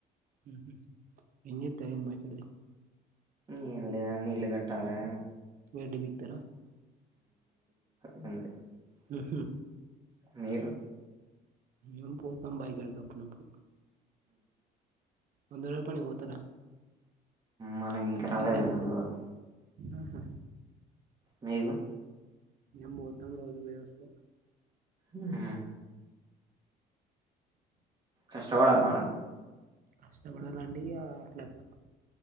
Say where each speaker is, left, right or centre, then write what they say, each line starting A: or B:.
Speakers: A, on the right; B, on the right.
A: ఉ హు. ఏం జేత్తర్ ఏంది బాయి కాడికి పోయ్?
B: నీళ్ళే నీళ్లు కట్టాలే
A: మీరు దిగుతారా
B: <unintelligible>
A: హ్ హు
B: మీరు
A: మేము పోతాం బాయి కాడికి అప్పుడప్పుడు వంద రోజుల పనికి పోతారా
B: మనకి
A: ఇప్పుడు
B: ఇంకా రలేదన్న
A: సీజన్ కదా
B: లోడ్
A: ఆహా
B: మీకు
A: మేం మొత్తం రోజు వేయిస్తూ
B: ఉ హా కష్టపడవన్న
A: కష్టపడాలండి అట్లా అట్లా